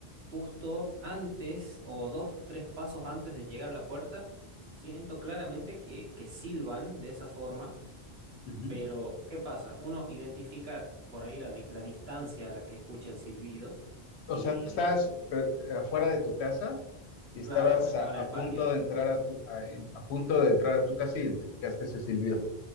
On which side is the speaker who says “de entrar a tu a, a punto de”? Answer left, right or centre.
Left